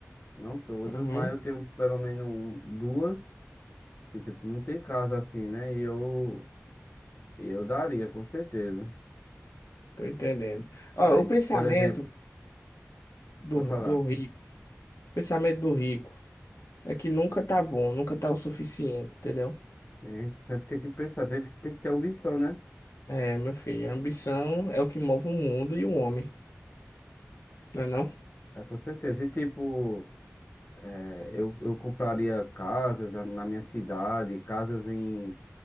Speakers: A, on the left (about 40°); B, on the left (about 75°).
A: Não todas,
B: Uhum,
A: mas eu tenho pelo menos um- duas. Que, tipo, não tem casa assim, né? E eu. E eu daria, com certeza.
B: tô entendendo. Ó,
A: Aí,
B: o pensamento
A: por exemplo,
B: do,
A: pode falar.
B: do rico, o pensamento do rico é que nunca tá bom, nunca tá o suficiente, entendeu?
A: E Sempre tem que pensar, tem que, tem que ter ambição, né?
B: É, meu filho, a ambição é o que move o mundo e o homem, não é não?
A: É, com certeza. E, tipo. É, eu, eu compraria casas a- na minha cidade, casas em,